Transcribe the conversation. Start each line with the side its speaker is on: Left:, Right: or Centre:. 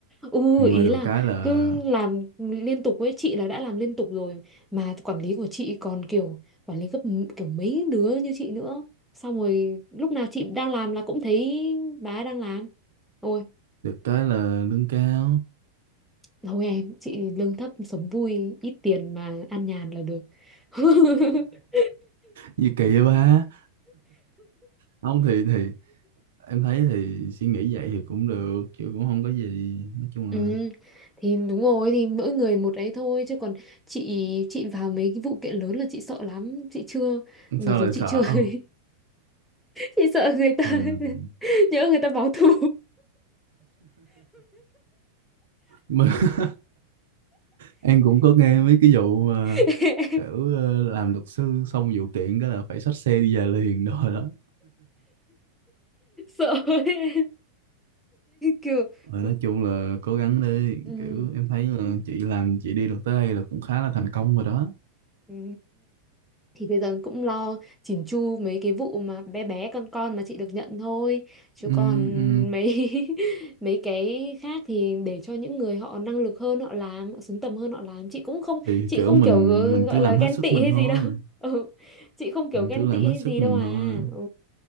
Centre: ừ,
Right: nhưng
Centre: ý
Right: mà được
Centre: là
Right: cái là
Centre: cứ làm liên tục với chị là đã làm liên tục rồi mà quản lý của chị còn kiểu quản lý gấp m- kiểu mấy đứa như chị nữa xong rồi lúc nào chị đang làm là cũng thấy bà ấy đang làm Ôi
Right: được cái là lương cao
Centre: Thôi em, chị lương thấp sống vui, ít tiền mà ăn nhàn là được. <laughs>
Right: gì kỳ vậy ba ông thì thì em thấy thì suy nghĩ vậy thì cũng được chứ cũng không có gì nói chung
Centre: Ừ,
Right: là
Centre: thì đúng rồi thì mỗi người một ấy thôi chứ còn chị chị vào mấy cái vụ kiện lớn là chị sợ lắm, chị chưa mặc
Right: sao
Centre: dù
Right: lại
Centre: chị
Right: sợ
Centre: chưa <laughs>
Right: không?
Centre: chị sợ người ta
Right: mình
Centre: <laughs> nhớ người ta báo thù.
Right: mình <laughs> em cũng có nghe mấy cái vụ mà
Centre: <laughs>
Right: kiểu ờ, làm luật sư xong vụ kiện cái là phải xách xe đi về liền rồi đó
Centre: Sợ ấy. kiểu
Right: Rồi
Centre: ừ.
Right: nói chung là cố gắng đi
Centre: Ừ.
Right: kiểu em thấy là
Centre: Ừ.
Right: chị làm chị đi được tới đây là cũng khá là thành công rồi đó
Centre: Ừ. thì bây giờ cũng lo chỉn chu mấy cái vụ mà bé bé con con mà chị được nhận thôi chứ
Right: ừ,
Centre: còn
Right: ừ.
Centre: mấy <laughs> mấy cái khác thì để cho những người họ năng lực hơn họ làm họ xứng tầm hơn họ làm chị cũng không
Right: thì
Centre: chị
Right: kiểu
Centre: không
Right: mình
Centre: kiểu ờ,
Right: mình
Centre: gọi
Right: cứ làm
Centre: là ghen
Right: hết sức
Centre: tị
Right: mình
Centre: hay
Right: thôi
Centre: gì đâu <laughs> ừ. chị không kiểu
Right: mình
Centre: ghen
Right: cứ làm
Centre: tị
Right: hết
Centre: hay
Right: sức
Centre: gì
Right: mình
Centre: đâu à
Right: thôi
Centre: ừ.